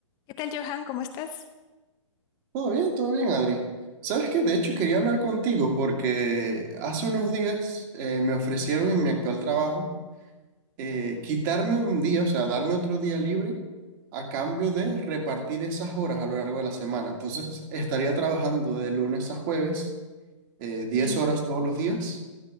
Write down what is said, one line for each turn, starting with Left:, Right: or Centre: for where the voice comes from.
Left: ¿Qué tal, Johan? ¿Cómo estás?
Right: Todo bien, todo bien, Adri. Sabes que de hecho quería hablar contigo porque hace unos días eh, me ofrecieron en mi actual trabajo eh, quitarme un día, o sea, darme otro día libre a cambio de repartir esas horas a lo largo de la semana. Entonces estaría trabajando de lunes a jueves, eh, 10
Left: Ya,
Right: horas todos los días